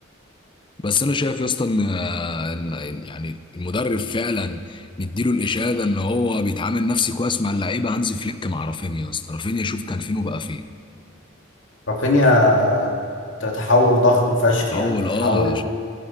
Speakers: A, on the left (about 25°); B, on the left (about 65°).
A: بس انا شايف يا اسطى ان إن- إن يعني المدرب فعلا نديله الاشاده ان هو بيتعامل نفسي كويس مع اللعيبه هانز فليك مع رافينيا يا اسطى رافينيا شوف كان فين وبقى فين
B: رافينيا تحول ضخم فشخ
A: اول
B: يعني تحول
A: اه